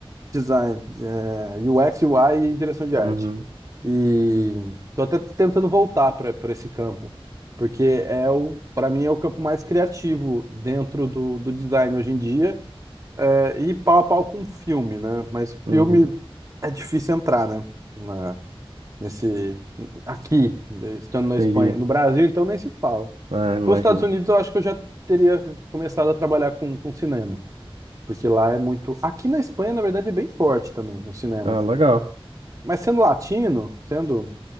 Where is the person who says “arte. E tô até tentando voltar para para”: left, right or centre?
Right